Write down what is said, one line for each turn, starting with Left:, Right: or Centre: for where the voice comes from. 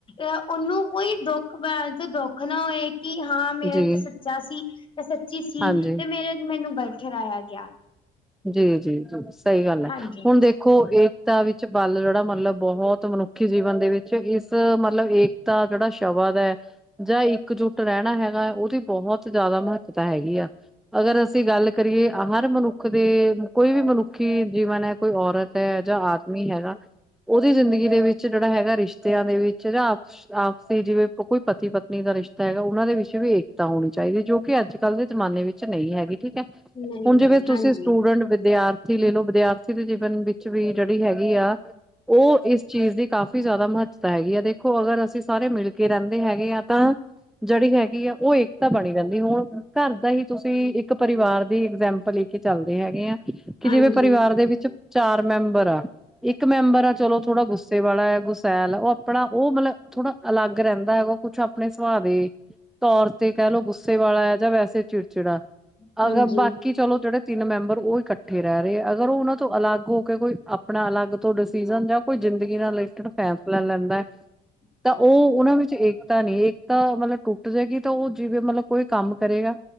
Left: ਅ ਉਹਨੂੰ, ਕੋਈ ਦੁੱਖ ਪੈਣ 'ਚ ਦੁੱਖ ਨਾ ਹੋਏ। ਕਿ ਹਾਂ ਮੇਰਾ
Centre: ਜੀ
Left: ਤੇ ਸੱਚਾ ਸੀ, ਤੇ ਸੱਚੀ ਸੀ,
Centre: ਹਾਂਜੀ
Left: ਤੇ ਮੇਰੇ ਮੈਨੂੰ ਗਲਤ ਠਹਿਰਾਇਆ ਗਿਆ।
Centre: ਜੀ, ਜੀ, ਜੀ ਸਹੀ ਗੱਲ ਹੈ,
Left: ਹਾਂਜੀ
Centre: ਹੁਣ ਦੇਖੋ ਦੇਖੋ ਏਕਤਾ ਵਿੱਚ ਬਲ ਜਿਹੜਾ ਮਤਲਬ, ਬਹੁਤ ਮਨੁੱਖੀ ਜੀਵਨ ਦੇ ਵਿੱਚ ਇਸ ਮਤਲਬ ਏਕ ਤਾ ਜਿਹੜਾ ਸ਼ਬਦ ਹੈ ਜਾਂ ਇੱਕਜੁੱਟ ਰਹਿਣਾ ਹੈਗਾ, ਉਹਦੀ ਬਹੁਤ ਜ਼ਿਆਦਾ ਮਹੱਤਤਾ ਹੈਗੀ ਆ। ਅਗਰ ਅਸੀਂ ਗੱਲ ਕਰੀਏ, ਹਰ ਮਨੁੱਖ ਦੇ ਕੋਈ ਵੀ ਮਨੁੱਖੀ ਜੀਵਨ ਹੈ, ਕੋਈ ਔਰਤ ਹੈ ਜਾਂ ਆਦਮੀ ਹੈਗਾ ਉਹਦੀ ਜ਼ਿੰਦਗੀ ਦੇ ਵਿੱਚ ਜਿਹੜਾ ਹੈਗਾ, ਰਿਸ਼ਤਿਆਂ ਦੇ ਵਿੱਚ ਜਾਂ ਆਪਸੀ ਜਿਵੇਂ ਕੋਈ ਪਤੀ ਪਤਨੀ ਦਾ ਰਿਸ਼ਤਾ ਹੈਗਾ, ਉਹਨਾਂ ਦੇ ਵਿਸ਼ੇ ਵੀ ਏਕਤਾ ਹੋਣੀ ਚਾਹੀਦੀ ਹੈ, ਜੋ ਕਿ ਅੱਜ ਕੱਲ੍ਹ ਦੇ ਜਮਾਨੇ ਵਿੱਚ ਵਿੱਚ ਨਹੀਂ ਹੈਗੀ, ਠੀਕ ਹੈ।
Left: ਨਹੀਂ,
Centre: ਜਿਵੇਂ
Left: ਹਾਂਜੀ।
Centre: ਤੁਸੀਂ ਸਟੂਡੈਂਟ ਹੁਣ ਵਿਦਿਆਰਥੀ ਲੈ ਲਓ, ਵਿਦਿਆਰਥੀ ਦੇ ਜੀਵਨ ਵਿੱਚ ਵੀ ਜਿਹੜੀ ਹੈਗੀ ਆ ਉਹ ਇਸ ਚੀਜ਼ ਦੀ ਕਾਫ਼ੀ ਜ਼ਿਆਦਾ ਮਹੱਤਤਾ ਹੈਗੀ ਆ, ਦੇਖੋ ਅਗਰ ਅਸੀਂ ਸਾਰੇ ਮਿਲ ਕੇ ਰਹਿੰਦੇ ਹੈਗੇ ਆ ਤਾਂ ਜਿਹੜੀ ਹੈਗੀ ਆ, ਉਹ ਏਕਤਾ ਬਣੀ ਰਹਿੰਦੀ, ਹੁਣ ਘਰ ਦਾ ਹੀ ਤੁਸੀਂ ਇੱਕ ਪਰਿਵਾਰ ਦੀ ਐਗਜੈਪਲ ਆਪਾਂ ਲੈਕੇ ਚੱਲਦੇ ਹੈਗੇ, ਆ ਕਿ
Left: ਹਾਂਜੀ
Centre: ਜਿਵੇਂ ਪਰਿਵਾਰ ਦੇ ਵਿੱਚ ਚਾਰ ਮੈਂਬਰ ਆ ਇੱਕ ਮੈਂਬਰ ਆ ਚਲੋ, ਥੋੜਾ ਗੁੱਸਾ ਗੁੱਸੇ ਵਾਲਾ ਹੈ ਗੁਸੈਲ, ਉਹ ਆਪਣਾ ਉਹ ਮਤਲਬ ਥੋੜਾ ਅਲੱਗ ਰਹਿੰਦਾ ਹੈਗਾ, ਕੁੱਛ ਆਪਣੇ ਸੁਭਾਅ ਦੇ ਤੌਰ ਤੇ ਕਹਿ ਲਉ, ਗੁੱਸੇ ਵਾਲਾ ਹੈ ਜਾਂ ਵੈਸੇ ਚਿੜਚਿੜਾ
Left: ਹਾਂਜੀ
Centre: ਅਗਰ ਬਾਕੀ ਚਲੋ ਜਿਹੜੇ ਤਿੰਨ ਮੈਂਬਰ ਉਹ ਇਕੱਠੇ ਰਹਿ ਰਹੇ, ਅਗਰ ਉਹ ਉਹਨਾਂ ਤੋਂ ਅਲੱਗ ਹੋ ਕੇ ਕੋਈ ਆਪਣਾ ਅਲੱਗ ਤੋਂ ਡਿਸੀਜ਼ਨ, ਜਾਂ ਕੋਈ ਜ਼ਿੰਦਗੀ ਨਾਲ ਰਿਲੇਟਡ ਫੈਸਲਾ ਲੈਂਦਾ ਹੈ
Left: ਹ <inaudible>
Centre: ਤਾਂ ਉਹ, ਉਹਨਾਂ ਵਿੱਚ ਏਕਤਾ ਨਹੀਂ। ਤਾਂ ਮਤਲਬ ਟੁੱਟ ਜਾਏਗੀ, ਤਾਂ ਉਹ ਜਿਵੇਂ ਮਤਲਬ ਕੋਈ ਕੰਮ ਕਰੇਗਾ,